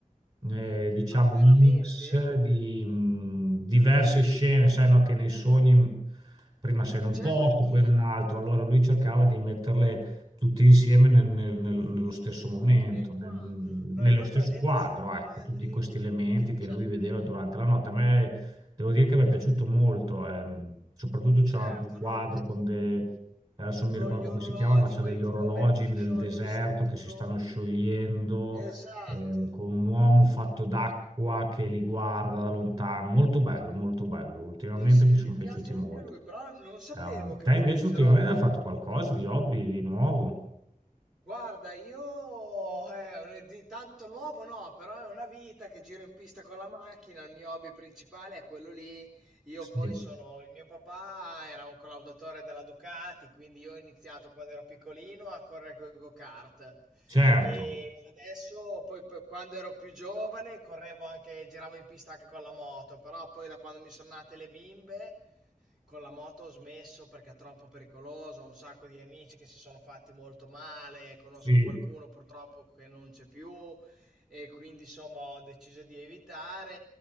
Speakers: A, on the right; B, in the centre.
A: eh, diciamo
B: Ah, veramente?
A: un mix di mh, diverse scene, sai, no, che nei sogni mh, prima sei in un
B: Certo,
A: posto, poi
B: no,
A: in un altro, allora lui cercava di metterle tutte insieme nel- nel- nel- nello stesso momento,
B: nel quadro.
A: nel- nello
B: No, io
A: stesso
B: ho presenti
A: quadro,
B: sui quadri
A: ecco, tutti questi elementi
B: che
A: che
B: c'ha...
A: lui vedeva durante la notte. A me devo dire che mi è piaciuto molto, ehm, soprattutto c'è
B: Certo,
A: anche un quadro
B: no, a me...
A: con dei... Adesso non
B: Con
A: mi ricordo
B: gli
A: come
B: orologi,
A: si chiama, ma c'è
B: quelli
A: degli
B: tipo
A: orologi
B: mezzi sciolti
A: nel deserto
B: sotto.
A: che si stanno sciogliendo,
B: Esatto.
A: ehm, con un uomo fatto d'acqua che li guarda da lontano. Molto bello, molto bello. Ultimamente
B: Sì, sì,
A: mi sono
B: mi
A: piaciuti
B: piace
A: molto.
B: anche lui, però non sapevo
A: Ehm,
B: che
A: te
B: fossero.
A: invece ultimamente hai fatto qualcosa di hobby, di nuovo?
B: Guarda, io eh, di tanto nuovo no, però è una vita che giro in pista con la macchina, il mio hobby principale è quello lì. Io
A: Sì,
B: poi sono, il mio papà era un collaudatore della Ducati, quindi io ho iniziato quando ero piccolino a correre con i go-kart.
A: certo,
B: E adesso, poi, poi, quando ero più giovane, correvo anche, giravo in pista anche con la moto, però poi da quando mi sono nate le bimbe con la moto ho smesso perché è troppo pericoloso, ho un sacco di amici che si sono fatti molto male, conosco
A: sì,
B: qualcuno purtroppo che non c'è più e quindi insomma ho deciso di evitare.